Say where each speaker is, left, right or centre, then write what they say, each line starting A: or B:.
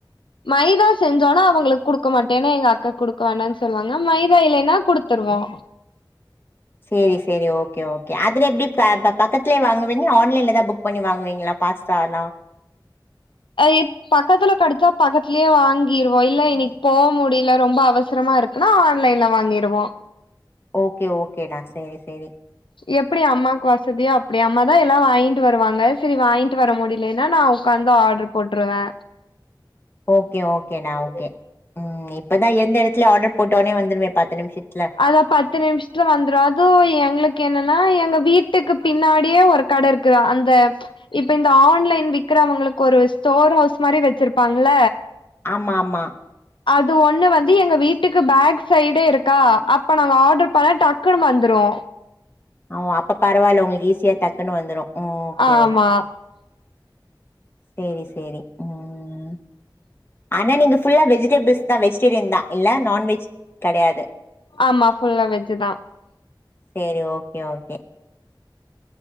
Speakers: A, on the left (about 80°); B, on the left (about 30°).
A: மைதா செஞ்சாலு அவுங்களுக்கு குடுக்க மாட்டேன்னு எங்க அக்கா குடுக்க வேண்டானு சொல்லுவாங்க மைதா இல்லனா குடுத்துருவோ
B: சேரி சேரி ஓகே ஓகே அதுல எப்டி ப பக்கத்துலயே வாங்குவீங்களா ஆன்லைன்லதா புக் பண்ணி வாங்குவீங்களா பாஸ்தாலா
A: அது எப் பக்கத்துல கெடச்சா பக்கத்துலியே வாங்கிருவோ இல்ல இன்னிக்கு போ முடியில ரொம்ப அவசரமா இருக் குனா ஆன்லைன்ல வாங்கிருவோ
B: ஓகே ஓகேடா சேரி சேரி
A: எப்புடி அம்மாக்கு வசதியா அப்புடி அம்மாதா எல்லா வாங்கிட்டு வருவாங்க செரி வாங்கிட்டு வர முடியலேன்னா நா உக்காந்து ஆர்டர் போட்ருவே
B: ஓகே ஓகேனா ஓகே ம் இப்பதா எந்த எடத்துலியு ஆர்டர் போட்டோனே வந்துருமே பத்து நிமிஷத்
A: அதா பத்து நிமிஷ த்துல வந்துரு அதுவு எங்க்ளுக்கு என்னன்னா எங்க வீட்டுக்கு பின்னாடியே ஒரு கட இருக்குதா அந்த இப்ப இந்த ஆன்லைன் விக்கிறவங்களுக்கு ஒரு ஸ்டோர் ஹவுஸ் மாரி வச்சிருப்பாங்கள்ள
B: ஆமாமா
A: அது ஒன்னு வந்து எங்க வீட்டுக்கு பேக் சைடு இருக்கா அப்ப நாங்க ஆட்ரு பண்ணா டக்குன்னு வந்துரு
B: ஆ அப்ப பரவாயில்ல உங்களுக்கு ஈஸியா டக்குன்னு வந்துரு ஓகே
A: ஆமா
B: ஓகே சேரி சேரி ம் ஆனா நீங்க ஃபுல்லா வெஜிடேபிள்ஸ் தா வெஜிடேரியன் தா இல்ல நான்வெஜ் கெடையாது
A: ஆமா ஃபுல்லா வெஜ்ஜு தா
B: சேரி ஓகே ஓகே